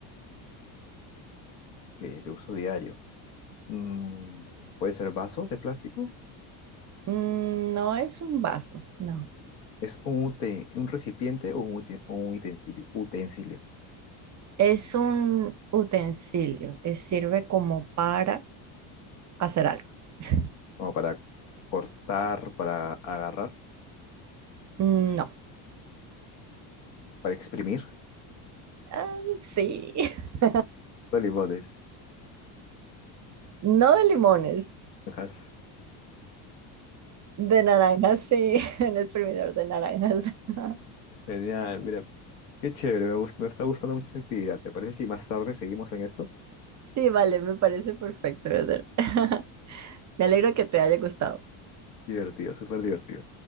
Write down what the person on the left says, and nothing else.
Ok, de uso diario. Mm, ¿puede ser vasos de plástico?
Es un, uten- un recipiente o un, uten- un utensilio, utensilio,
como para cortar, para agarrar,
para exprimir
los limones.
Naranjas.
Genial, mira, qué chévere, me, gus- me está gustando mucho esa actividad. ¿Te parece si más tarde seguimos en esto?
Divertido, súper divertido.